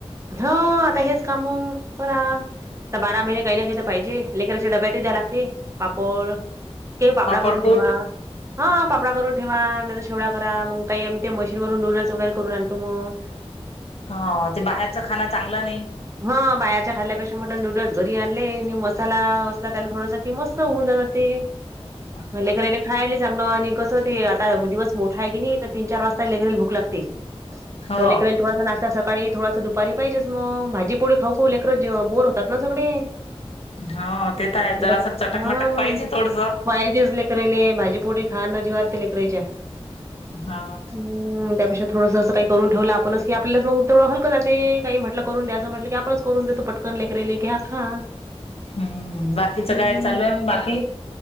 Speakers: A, on the right; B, on the left.
A: हा आता हेच कामु करा. आता बारा महिने काही ना काही तर पाहिजे. लेकराच्या डब्यात द्यायला लागते पापड ते पापडा
B: पापडकुट?
A: करून ठेवा. हा पापडा करून ठेवा नाहीतर चिवडा करा. मग, काही आम्ही ते मशीन डोनाल्ड वगैरे करून आणतो मग.
B: हा ते बाहेरच खाण चांगलं नाही.
A: हा बाहेरच्या खाल्ल्यापेक्षा म्हटलं नूडल्स घरी आणले आणि मसाला त्याला <unintelligible> की मस्त होऊन जातात ते.
B: <inaudible>
A: <unintelligible> खायला चांगलं आणि कसं ते आता दिवस मोठा आहे की नाही तर तीन चार वाजता लेकराला भूक लागते.
B: हो
A: तर लेकराला थोडासा नाश्ता सकाळी थोडासा दुपा दुपारी पाहिजेस मग भाजीपोळी खाऊ खाऊ लेकर बोर होतात ना सगळे.
B: हो ते तर आहे
A: हम्म
B: जरास चटकमटक
A: हा
B: पाहिजे थोडस
A: पायजे ले खरंय न भाजी पोळी खांयला जिवारती लकरेच्या.
B: हा
A: हम्म त्यापेक्षा थोडस अस काही करून ठेवलं आपणच की आपल्याला मग थोडं हलकं जात ते काही म्हटलं करून द्याचं म्हटलं की आपणच करून देतो पटकन लेकराले घ्या खा.
B: हम्म बाकीच काय
A: हं,
B: चालू आहे. बाकी?